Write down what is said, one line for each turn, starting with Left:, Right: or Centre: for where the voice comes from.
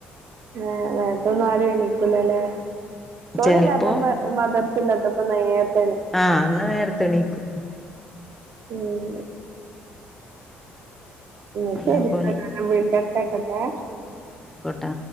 Right: ആ നേര്ത്തൊന്നും ആരും എണിക്കൂലല്ലേ കൂളിലാത്തപ്പ
Centre: ചെലപ്പോ
Right: മദർ ഇല്ലാത്തപ്പം നേര്ത്തെ
Centre: ആ അന്ന് നേരത്തെണീക്കും
Right: ഉം ന്ന
Centre: അതാ
Right: ശരി <unintelligible>
Centre: പണി
Right: ട്ടെക്കെട്ടെ
Centre: ട്ട